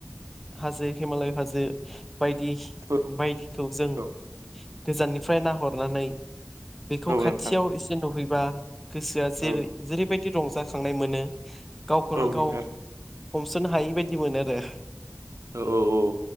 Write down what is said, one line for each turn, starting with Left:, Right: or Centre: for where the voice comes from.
Centre: हाजो हिमालय हाजो बायदि
Right: औ
Centre: बायदिखौ जों
Right: औ
Centre: गोजाननिफ्राय नाहरनानै बेखौ
Right: औ
Centre: खाथियाव
Right: नोंथां
Centre: एसे नुहैबा गोसोआ जेरै
Right: औ
Centre: जेरैबायदि रंजाखांनाय मोनो गावखौनो
Right: औ नोंथां
Centre: गाव हमस'नो हायि बायदि मोनो आरो।
Right: औ औ